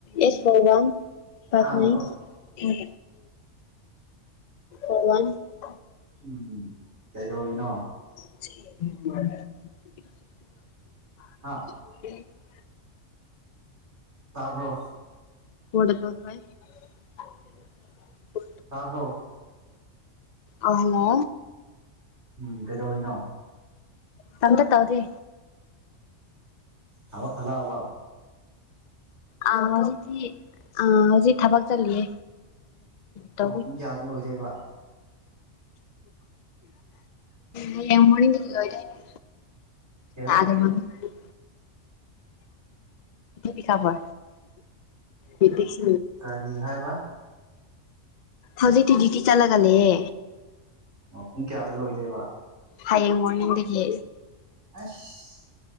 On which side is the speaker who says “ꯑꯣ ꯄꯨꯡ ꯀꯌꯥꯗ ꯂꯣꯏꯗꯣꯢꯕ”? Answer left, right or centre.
Right